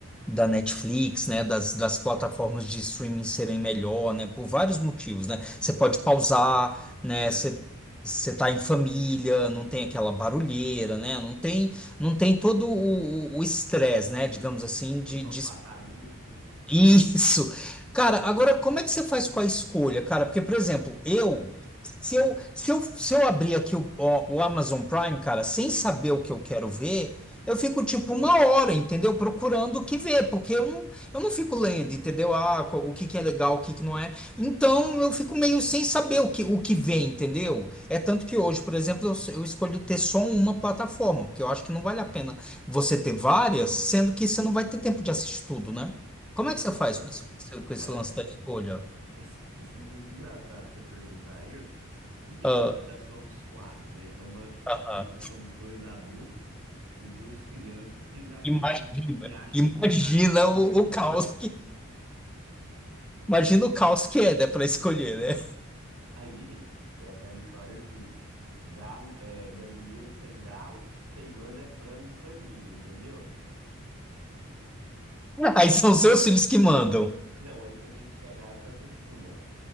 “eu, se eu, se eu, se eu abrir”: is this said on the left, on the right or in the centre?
Centre